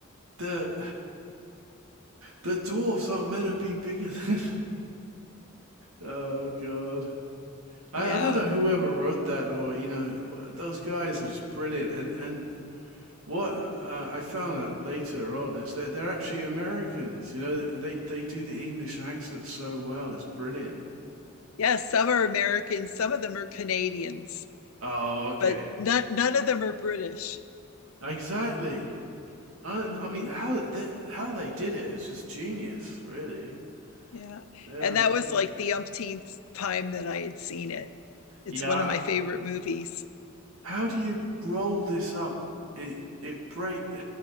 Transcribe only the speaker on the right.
the The dwarfs aren't meant to be bigger than. <laughs> Oh god. I,
I don't know whoever wrote that or you know those guys are just brilliant and and what uh, I found out later on is that they're actually Americans you know they they do the English accent so well it's brilliant
oh okay
exactly I, I
mean how they, how they did it is just genius really
yeah
yeah
How do you roll this up? It it break.